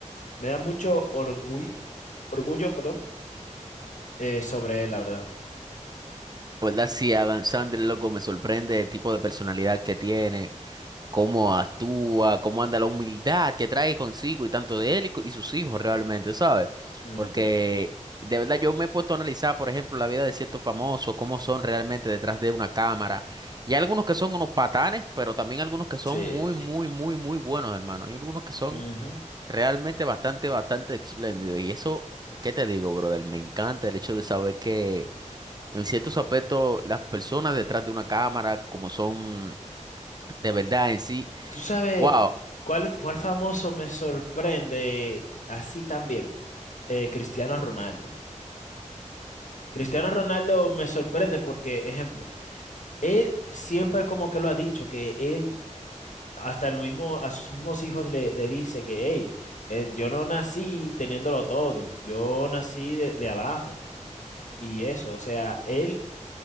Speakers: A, on the left (about 70°); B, on the right (about 30°).
A: me da mucho orgullo orgullo, perdón, eh, sobre él, la verdad.
B: La ¿Verdad? Sí, Adam Sandler, loco, me sorprende el tipo de personalidad que tiene, cómo actúa, cómo anda la humildad que trae consigo y tanto de él y, co- y sus hijos realmente, ¿sabes?
A: Ujú,
B: Porque de verdad yo me he puesto a analizar, por ejemplo, la vida de ciertos famosos, cómo son realmente detrás de una cámara. Y hay algunos que son unos patanes, pero también algunos que son
A: Sí.
B: muy, muy, muy, muy buenos, hermano. Hay algunos que son
A: ujú.
B: Realmente bastante, bastante espléndido. Y eso, ¿qué te digo, brother? Me encanta el hecho de saber que en ciertos aspectos las personas detrás de una cámara, como son de verdad en sí,
A: ¿Tú sabes
B: wow.
A: cuál, cuál famoso me sorprende así también? eh, Cristiano Ronaldo. Cristiano Ronaldo me sorprende porque, ejemplo, él siempre como que lo ha dicho, que él hasta el mismo, a sus mismos hijos le, le dice que, hey, eh, yo no nací teniéndolo todo, yo nací de, de abajo. Y eso, o sea, él